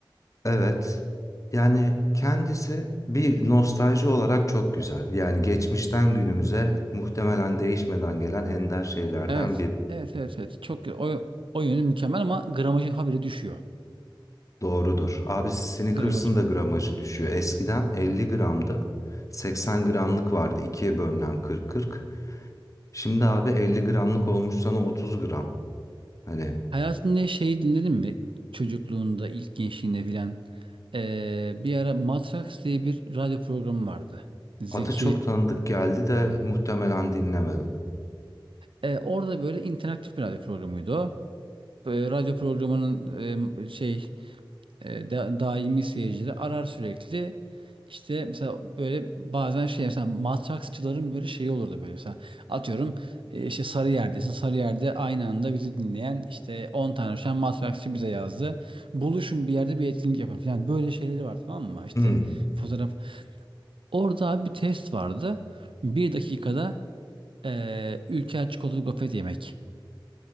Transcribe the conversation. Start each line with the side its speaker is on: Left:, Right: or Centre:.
Left: Evet. Yani kendisi bir nostalji olarak çok güzel. Yani geçmişten günümüze muhtemelen değişmeden gelen ender şeylerden
Right: Evet,
Left: biri.
Right: evet, evet, evet. Çok o, o yönü mükemmel ama gramajı habire düşüyor.
Left: Doğrudur. Abi Snickers'ın
Right: Gramajı
Left: da gramajı düşüyor. Eskiden 50 gramda 80 gramlık vardı. ikiye bölünen kırk kırk Şimdi abi 50 gramlık olmuş sana 30 gram. Hani
Right: Hayatında şeyi dinledin mi? Çocukluğunda, ilk gençliğinde filan. Ee, bir ara Matrax diye bir radyo programı vardı. Zeki.
Left: adı çok tanıdık geldi de muhtemelen dinlemedim.
Right: Ee, orada böyle interaktif bir radyo programıydı o. Ee, radyo programının e, şey e, da- daimi seyircileri arar sürekli. İşte mesela böyle bazen şey mesela matraksçıların böyle şeyi olurdu böyle mesela atıyorum e, işte Sarıyer'desin Sarıyer'de aynı anda bizi dinleyen işte 10 tane şu an matraksçı bize yazdı. Buluşun bir yerde bir etkinlik yapın falan böyle şeyleri var tamam mı? İşte
Left: Hmm,
Right: fotoğraf. Orada abi bir test vardı. Bir dakikada e, Ülker çikolatalı gofret yemek.